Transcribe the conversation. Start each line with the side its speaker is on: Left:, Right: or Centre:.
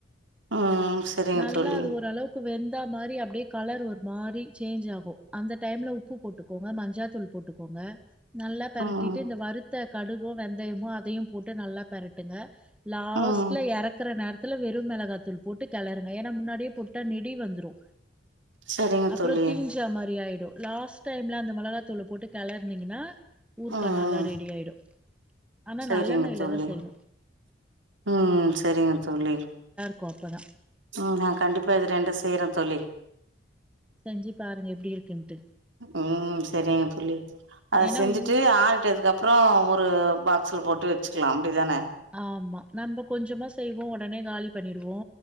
Right: ம் ம் சரிங்க
Centre: நல்லா
Right: தோழி
Centre: அது ஓரளவுக்கு வெந் த மாரி அப்டியே கலர் ஒரு மாரி சேஞ்ச் ஆகு அந்த டைம்ல உப்பு போட்டுக்கோங்க மஞ்சாத்தூள் போட்டுக்கோங்க நல்லா பெரட்டிட்டு
Right: ம்
Centre: இந்த வறுத்த கடுகு வெந்தயமு அதையு போட்டு நல்லா பெரட்டுங்க லாஸ்ட்ல
Right: ம்
Centre: எறக்குற நேரத் துல வெறு மெளகாத்தூள் போட்டு கெளருங்க ஏன்னா முன்னாடியே போட்டா நெடி வந்துரு
Right: சரிங்க
Centre: அப்றொ
Right: தோழி
Centre: தீஞ்ச மாரி ஆயி டு லாஸ்ட் டைம்ல அந்த மெளகாத்தூள போட்டு கெளர்னீங்கன்னா ஊற்கா
Right: ம்
Centre: நல்லா
Right: ம்
Centre: ரெடி ஆயிடு ஆனா
Right: சரிங்க
Centre: நல்லெண்ணய்ல
Right: தோழி
Centre: தா செய்ணு
Right: ம் சரிங்க தோழி
Centre: கு அப்பதா
Right: ம் ம் கண்டிப்பா இது ரெண்டு செய்றே தோழி
Centre: செஞ்சு பாருங்க எப்டி இருக்குன்ட்டு
Right: ம் சரிங்க தோழி அத
Centre: ஏன்னா
Right: செஞ்சுட்டு
Centre: ஊ
Right: ஆறிட்டதுக்கப்றோ ஒ ரு பாக்ஸ்ல போட்டு வச்சுக்லா அப்டிதானெ
Centre: ஆமா நம்ம கொஞ்சமா செய்வோ ஒடனே காலி பண்ணிடுவோ